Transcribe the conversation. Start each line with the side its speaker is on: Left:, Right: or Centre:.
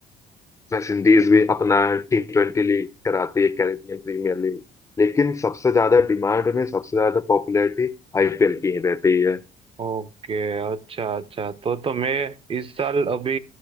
Left: वेस्ट इंडीज भी अपना टी ट्वेंटी लीग कराती है कैरेबियन प्रीमियर लीग लेकिन सबसे ज्यादा डिमांड में सबसे ज्यादा पॉपुलैरिटी आईपीएल की ही रहती है
Right: ओके अच्छा अच्छा तो तो मैं इस साल अभी